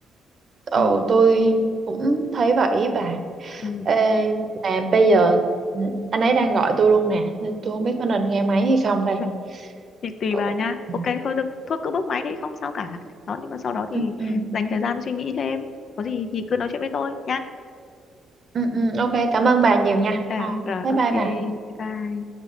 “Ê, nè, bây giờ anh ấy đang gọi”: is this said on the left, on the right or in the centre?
Right